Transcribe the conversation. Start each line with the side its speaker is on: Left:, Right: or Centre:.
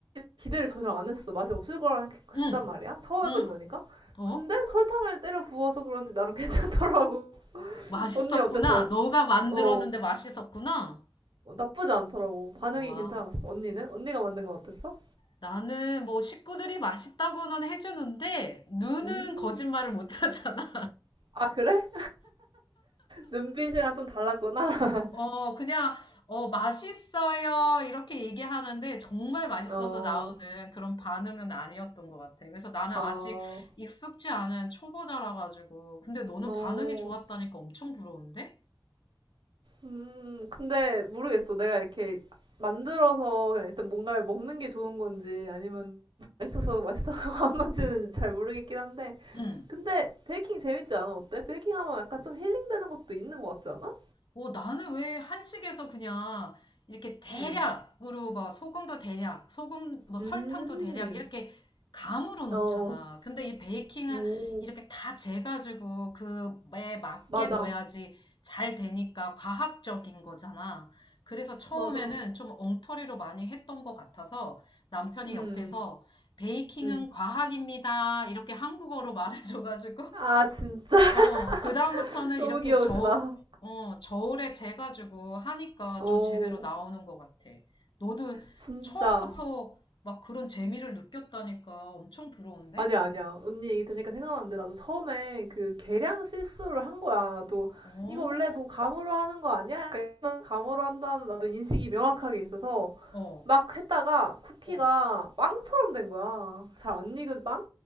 Right: 기대를 전혀 안 했어. 맛이 없을 거라 생각-
Left: 응,
Right: 했단 말이야. 처음
Left: 응?
Right: 해보는 거니까.
Left: 어?
Right: 근데 설탕을 때려 부어서 그런지 나름 <laughs> 괜찮더라고.
Left: 맛있었구나.
Right: 언니 어땠어?
Left: 너가 만들었는데
Right: 어.
Left: 맛있었구나.
Right: 나쁘지 않더라고. 반응이
Left: 와.
Right: 괜찮았어. 언니는? 언니가 만든 건 어땠어?
Left: 나는 뭐 식구들이 맛있다고는 해주는데 눈은
Right: 음.
Left: 거짓말을 못 하잖아.
Right: 아, 그래? 눈빛이랑 좀 달랐구나. <laughs>
Left: 어, 그냥, 어, 맛있어요. 이렇게 얘기하는데 정말 맛있어서
Right: 어,
Left: 나오는 그런 반응은 아니었던 것 같아. 그래서 나는
Right: 어,
Left: 아직 익숙지 않은 초보자라 가지고. 근데 너는
Right: 어,
Left: 반응이 좋았다니까 엄청 부러운데?
Right: 음, 근데 모르겠어. 내가 이렇게 만들어서 그냥 일단 뭔가를 먹는 게 좋은 건지 아니면 맛있어서 맛있어서 <laughs> 한 건지는 잘 모르겠긴 한데.
Left: 응.
Right: 근데 베이킹 재밌지 않아? 어때? 베이킹 하면 약간 좀 힐링되는 것도 있는 것 같지 않아?
Left: 어, 나는 왜 한식에서 그냥 이렇게 대략으로
Right: 음,
Left: 막 소금도 대략, 소금, 뭐 설탕도
Right: 음,
Left: 대략 이렇게 감으로 넣잖아.
Right: 어, 어.
Left: 근데 이 베이킹은
Right: 오,
Left: 이렇게 다 재가지고 그에 맞게
Right: 맞아,
Left: 넣어야지 잘 되니까 과학적인 거잖아. 그래서 처음에는
Right: 맞아.
Left: 좀 엉터리로 많이 했던 것 같아서 남편이
Right: 음,
Left: 옆에서 베이킹은
Right: 음.
Left: 과학입니다. 이렇게 한국어로 <laughs> 말해줘가지고
Right: 아, 진짜
Left: 어, 그다음부터는
Right: <laughs> 너무
Left: 이렇게
Right: 귀여우시다.
Left: 저, 어, 저울에 재가지고 하니까
Right: 오,
Left: 좀 제대로 나오는 것 같아. 너도
Right: 진짜.
Left: 처음부터 막 그런 재미를 느꼈다니까 엄청 부러운데?
Right: 아니야, 아니야. 언니 얘기 들으니까 생각났는데, 나도 처음에 그 계량 실수를 한 거야. 나도,
Left: 어,
Right: 이거 원래 뭐 감으로 하는 거 아니야? 약간 감으로 한다는 나도 인식이 명확하게 있어서,
Left: 어,
Right: 막 했다가 쿠키가
Left: 어.
Right: 빵처럼 된 거야. 잘 안 익은 빵?